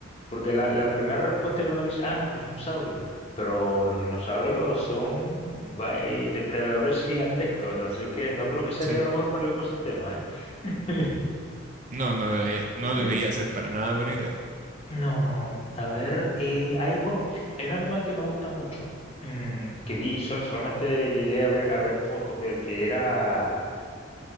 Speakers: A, on the left (about 30°); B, on the right (about 35°).
A: Porque la, la primera respuesta que uno dice, ah, no, dinosaurio. Pero los dinosaurios son va- eh, depredadores <laughs> gigantescos, así que no creo que sería
B: Sí.
A: lo mejor para el ecosistema, ¿eh? <laughs>
B: No, no debería, no
A: Sí.
B: debería ser para nada buena idea.
A: No, no, no. A ver, eh, hay, bueno, hay un animal que me gusta mucho, mm, que vi, sol- solamente llegué a ver, a ver fotos del que era.